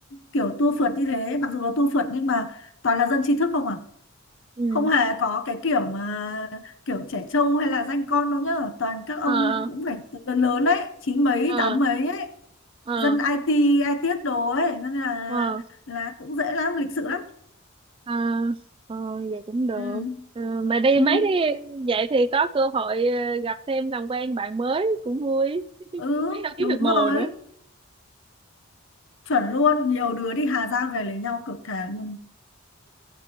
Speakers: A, on the left; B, on the right.
A: kiểu tour phượt như thế mặc dù là tour phượt nhưng mà toàn là dân trí thức không à
B: ừ
A: không hề có cái kiểu mà kiểu trẻ trâu hay là danh con đâu nhá toàn các ông
B: ờ
A: cũng phải từ lớn lớn ấy chín mấy
B: ờ
A: tám mấy ấy
B: ờ
A: dân IT ai tiết đồ ấy nên là
B: ờ
A: là cũng dễ lắm lịch sự lắm
B: ờ ờ vậy cũng được
A: ừ
B: Ờ, mà đi
A: ừ
B: mấy cái vậy thì có cơ hội ờ, gặp thêm làm quen bạn mới cũng vui
A: ừ
B: biết đâu kiếm
A: đúng
B: được
A: rồi
B: bồ nữa
A: chuẩn luôn nhiều đứa đi Hà Giang về lấy nhau cực thề luôn